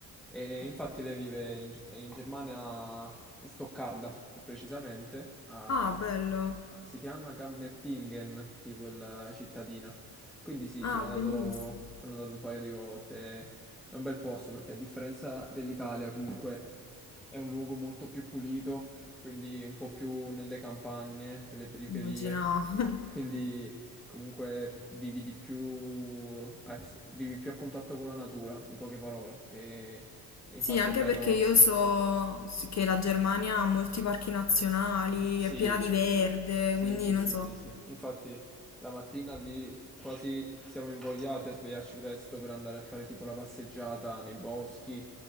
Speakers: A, in the centre; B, on the left.
A: E infatti lei vive in, G- in Germania, in Stoccarda più precisamente, a-
B: Ah,
A: a-
B: bello.
A: si chiama Gammertingen, tipo la cittadina. Quindi sì,
B: Ah,
A: sono andato,
B: bellissimo.
A: sono andato un paio di volte è un bel posto perché a differenza dell'Italia comunque è un luogo molto più pulito, quindi un po' più nelle campagne, nelle periferie,
B: Immaginavo. <laughs>
A: quindi comunque vivi di più, eh, vivi più a contatto con la natura, in poche parole. E infatti
B: Sì, anche
A: è bello
B: perché io so che la Germania ha molti parchi nazionali,
A: Sì,
B: è piena di verde,
A: sì,
B: quindi
A: sì,
B: non
A: sì,
B: so.
A: sì, sì. Infatti la mattina lì quasi siamo invogliati a svegliarci presto per andare a fare tipo la passeggiata nei boschi,